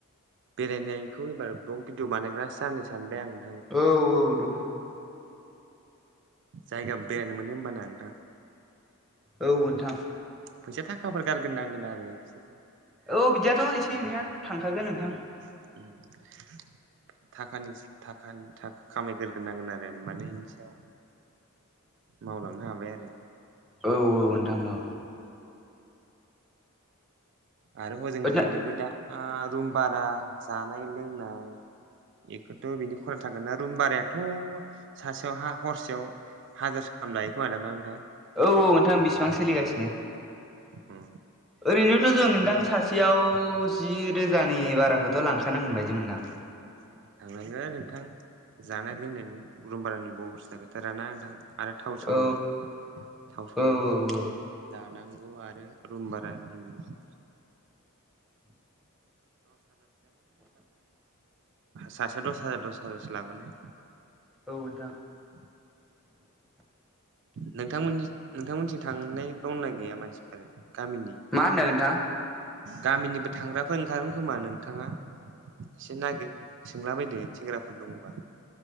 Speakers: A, on the right; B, in the centre.
A: बेरायनायखौ एबार ब्लग भिडिअ बानायग्रासो जानो सानबाय आंङो
B: औ औ द'
A: जायगा बेरायनो मोनो होमब ना नोंथां
B: औ नोंथां
A: फैसा गारग्रोनांगोन आरो एसे
B: औ बिदियाथ' एसे एनैया थांखागोन नोंथां।
A: <unintelligible> थाखानि थाख थाख खामायग्रोग्रोनांगोन आरो माने बिनि सायाव मावलांनो हाबाय आरो
B: औ औ नोंथां
A: खामानियाव
B: औ
A: आरो हजों
B: औ
A: थायनोबो दा रुम बारा जानाय लोंनाय बेखौथ' बिनि खरा थागोन ना रुम बारायाथ' सासेयाव हा हरसेयाव हाजारसो गाहाम लायो खोमादां ना नोंथां
B: औ औ नोंथां बेसिबां सोलिगासिनो
A: ह
B: ओरैनोथ' जों नोंथां सासेयाव जि रोजानि बाराखौथ' लांखानांगोन बायदिमोनदां
A: <inaudible> लांनांगोन नोंथां जानाय लोंनायनि रुमबारों बरसा गैथाराना नोंथां आरो थाव सावनि
B: औ
A: थाव सुनांगौ
B: औ औ
A: जानांगौ आरो रुम बारा होनो सासेयाव दस हाजार दस हाजारसो लाबानो
B: औ नोंथां
A: <inaudible> नोंथांमोननि नोंथांमोनथिं थांनाय दावना गैया मानसिफोर गामिनि
B: मा होनदों नोंथां
A: गामिनिबो थांग्राफोर ओंखारगोन खोमा नोंथाङा एसे नागिर सोंला बायदो सेंग्राफोर दङबा